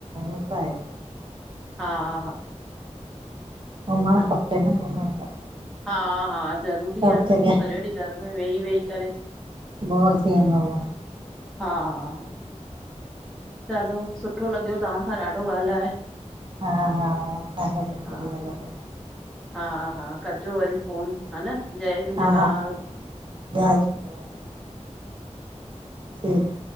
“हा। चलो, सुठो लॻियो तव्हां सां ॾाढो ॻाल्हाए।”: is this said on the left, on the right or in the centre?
Centre